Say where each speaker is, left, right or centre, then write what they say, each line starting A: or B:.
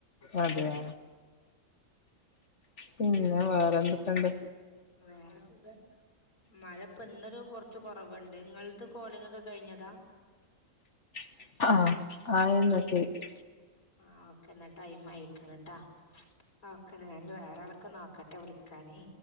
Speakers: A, on the left (about 55°); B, on the left (about 85°).
A: അതെയാ? പിന്നെ വേറെന്തൊക്കെണ്ട്?
B: വേറെ സുഖാണ് മഴ ഇപ്പന്നൊരു കൊറച്ച് കൊറവുണ്ട് ഇങ്ങൾത് കോളിങ്ങാക്കെ കഴിഞ്ഞതാ?
A: ആഹ് <unintelligible>
B: ആഹ് ഓക്കെന്നാ ടൈമായിക്ക്ണ് ട്ടോ ഓക്കെന്ന ഞാ വേറാളൊക്ക് നോക്കട്ടെന്നാ വിളിക്കാന്